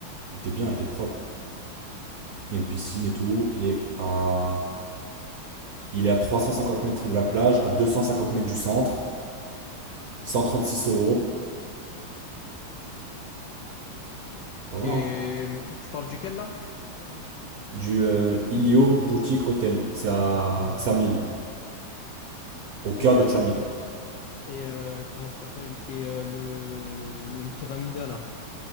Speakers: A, on the right; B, on the left.
A: Il était bien, il était propre. Il y a une piscine et tout. Il est à, il est à 350 mètres de la plage, à 250 mètres du centre. 136 euros. Ça va,
B: Et
A: hein.
B: euh, tu parles duquel, là?
A: Du euh, Ilio Boutique Hotel. C'est à Xamil. Au cœur
B: Et
A: de
B: euh,
A: Xamil.
B: Et euh, comment ça s'appelle? Et euh, le, le Pyramida, là.